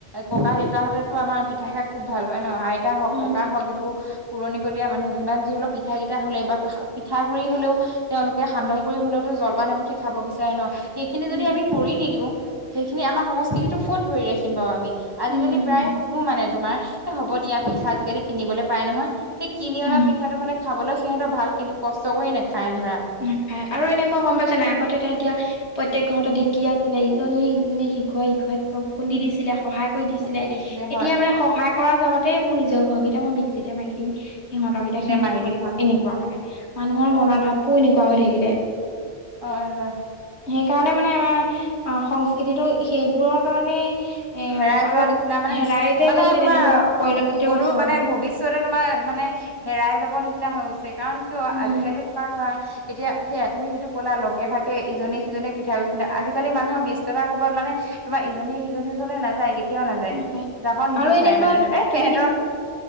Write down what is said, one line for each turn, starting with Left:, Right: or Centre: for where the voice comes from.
Right: ককা দেউতাহঁতেতো আমাৰ পিঠা খাই খুব ভাল পায় ন? আইতা হওক,
Left: উম
Right: ককা হওক এইবোৰ পুৰণিকলীয়া মানুহ যি যি হলেও পিঠা কেইটা হলেই বা পিঠাগুৰি হলেও তেওঁলোকে সান্দহ কৰি হ'লেওতো জলপান এমুঠি খাব বিচাৰে ন? সেইখিনি
Left: উম
Right: যদি আমি কৰি নিদিও, সেইখিনি আমাৰ সংস্কৃতিটো ক'ত ধৰি ৰাখিম বাৰু আমি আজিকালি
Left: উম
Right: প্ৰায় শুনো মানে তোমাৰ এ হ'ব দিয়া পিঠা আজিকালি কিনিবলৈ পাই নহয়। সেই কিনি অনা
Left: উম
Right: পিঠাটো মানে খাবলৈ সিহঁতৰ ভাল, কিন্তু কষ্ট কৰি নাখায় ধৰা
Left: নাখায় আৰু এনেকুৱা গম পাইছে নাই? আগতে এতিয়া এতিয়া প্ৰত্যেক ঘৰতে ঢেকি আছিলে ইজনীয়ে সিজনীয়ে ইঘৰে সিঘৰে খুন্দি দিছিলে, সহায় কৰি দিছিলে।
Right: দি
Left: এতিয়া
Right: হয়
Left: মানে সহায় কৰাৰ জগতেই মোৰ নিজৰ ঘৰকেইটা মই মিক্সিতে মাৰি দিম। সিহঁতৰকেইটা
Right: মিক্সিতে
Left: সিহঁতি
Right: মাৰি
Left: কৰিব
Right: দিম হয়
Left: এনেকুৱা মানে মানুহৰ মনৰ ভাবটো এনেকুৱা হৈ থাকিলে।
Right: হয় হয়।
Left: সেইকাৰণে মানে আমাৰ অ সংস্কৃতিটো সেইবোৰৰ কাৰণে এ
Right: হেৰাই যোৱা
Left: অলপ
Right: নিচিনা মানে
Left: হেৰাই যে
Right: মানে
Left: গৈছে
Right: তোমাৰ
Left: তেনেকুৱা পৰিলক্ষিত
Right: অ অদূৰ
Left: হৈছে
Right: মানে
Left: আৰু
Right: ভৱিষ ষ্যতে তোমাৰ মানে হেৰাই যাব নিচিনা হৈ গৈছে কাৰণ কিয়
Left: উম
Right: আজিকালি তোমাৰ ধৰা এতিয়া সেয়া তুমি যিটো কলা লগে ভাগে ইজনে সিজনীক পিঠা গুৰি খুন্দা, আজিকালি মানুহৰ ব্যস্ততাৰ কৰবত মানে তোমাৰ ইজনিয়ে সিজনীৰ ঘৰলৈ নাযায়, কেত তিয়াও নাযায়,
Left: উম
Right: যাব নিবিচাৰে
Left: আৰু এনেকুৱা
Right: মানে ধৰ এ
Left: তুমি
Right: সেহঁতৰ